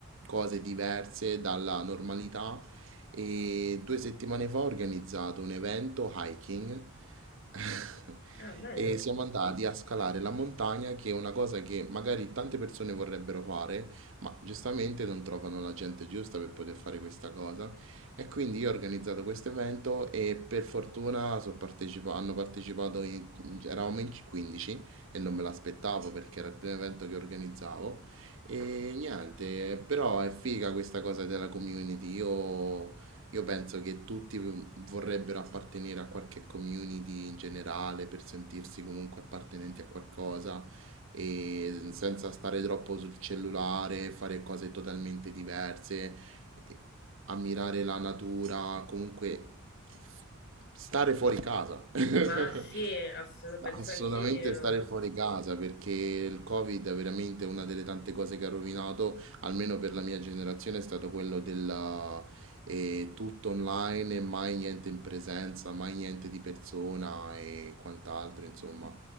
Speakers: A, on the right (about 60°); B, on the left (about 50°).
A: cose diverse dalla normalità e due settimane fa ho organizzato un evento hiking <laughs>
B: Ah, bello.
A: e siamo andati a scalare la montagna, che è una cosa che magari tante persone vorrebbero fare, ma giustamente non trovano la gente giusta per poter fare questa cosa. E quindi io ho organizzato questo evento e per fortuna so partecipa- hanno partecipato, in- eravamo in 15 e non me l'aspettavo perché era il primo evento che organizzavo. E niente, però è figa questa cosa della community. Io io penso che tutti vorrebbero appartenere a qualche community in generale per sentirsi comunque appartenenti a qualcosa e senza stare troppo sul cellulare, fare cose totalmente diverse, e ammirare la natura, comunque f- stare fuori casa. <laughs>
B: Ma sì, assolut- penso
A: Assolutamente
B: anch'io.
A: stare fuori casa perché il Covid è veramente una delle tante cose che ha rovinato, almeno per la mia generazione, è stato quello del eh, tutto online e mai niente in presenza, mai niente di persona e quant'altro, insomma.